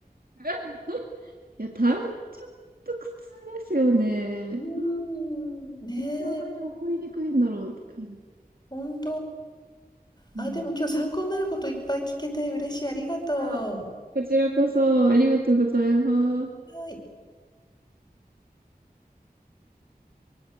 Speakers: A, on the right (about 65°); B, on the left (about 25°).
A: <laughs> いや単純と苦痛ですよね。な、
B: うーん、
A: なん
B: ねえ、
A: であんなに覚えにくいんだろうって感じ。
B: ほん
A: うん。
B: あ、でも今日参考になることいっぱい聞けて嬉しい、ありがとう。
A: あこちらこそありがとうございます。
B: はい。